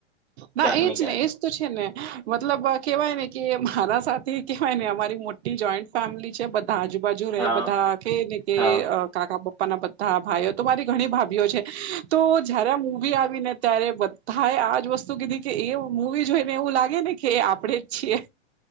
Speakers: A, on the right (about 70°); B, in the centre.
A: ના
B: ક્યાંક
A: એ
B: ને
A: જ.
B: ક્યાંક
A: એજ તો છે ને મતલબ કેવાય ને કે મારા સાથ થે કહેવાય ને અમારી મોટી જોઈન્ટ ફેમિલી છે બધા આજુબાજુ રેહ
B: હા
A: બધા કેઈ ને કે.
B: હા
A: કાકા પપ્પા ના બધા ભાઈઓ તો મારી ઘણી ભાભીઓ છે. તો જયારે આ મુવી આવી ને ત્યારે બધાએ આજ વસ્તુ કીધી કે એ મુવી જોઈને એવું લાગે ને. કે આપણેે જ છીએ.